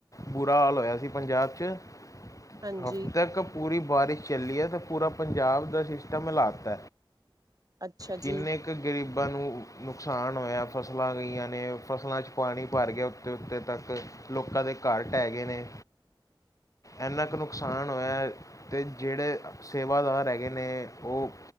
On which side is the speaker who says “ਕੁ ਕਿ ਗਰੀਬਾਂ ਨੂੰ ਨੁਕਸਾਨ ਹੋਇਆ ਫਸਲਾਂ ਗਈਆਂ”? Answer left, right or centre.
Left